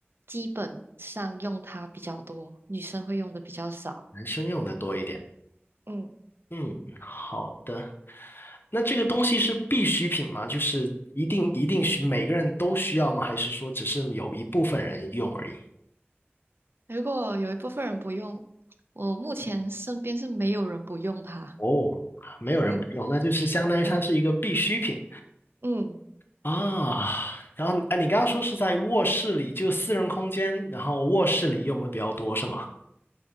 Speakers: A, on the right (about 60°); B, on the left (about 55°).
A: 基本上用它比较多，女生会用的比较少。
B: 男生用的多一点。
A: 嗯，
B: 嗯，好的。那这个东西是必需品吗？就是一定一定需每个人都需要吗？还是说只是有一部分人用而已？
A: 如果有一部分人不用，我目前身边是没有人不用它。
B: 不，没有人不用，
A: 嗯
B: 那就是相当于它是一个必需品
A: 嗯嗯，
B: 啊。然后，哎，你刚刚说是在卧室里，就私人空间，然后卧室里用的比较多是吗？